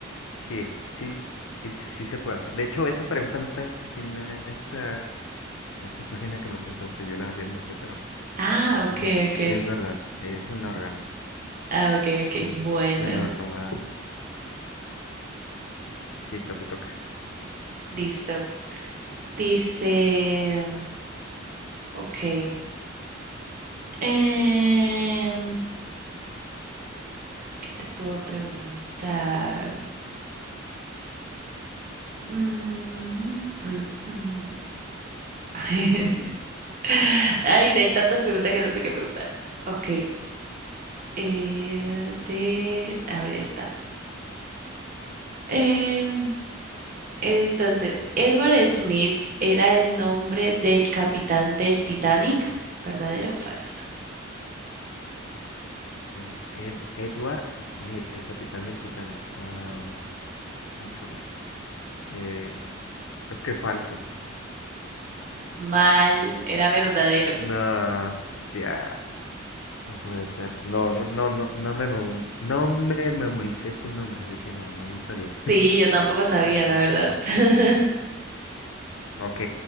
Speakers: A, on the left (about 85°); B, on the right (about 45°).
A: sí, sí, sí, sí se puede. De hecho, esa pregunta no está aquí en esta, en esta página que me pasaste. Yo la, yo la inventé, pero
B: Ah, ok,
A: eh, sí,
B: ok.
A: es verdad. Es un órgano.
B: Ah, ok, ok.
A: Es
B: Bueno,
A: el órgano más... Listo, te toca.
B: listo. Dice, ok. Em, ¿qué te puedo preguntar? Mm, mm, mm. <laughs> Ay, hay tantas preguntas que no sé qué preguntar. Ok. Eh, de, a ver esta. Eh, entonces, Edward Smith era el nombre del capitán del Titanic, ¿verdadero o falso?
A: Ed- Ed- Edward Smith, el capitán del Titanic. Ah, híjole. Eh, creo que falso.
B: Mal, era verdadero.
A: No, ya, no puede ser. No, no, no, no, no me, mem- no me memoricé su nombre, así que no, no, no sabía.
B: Sí, yo tampoco sabía,
A: <laughs>
B: la verdad. <laughs>
A: Ok,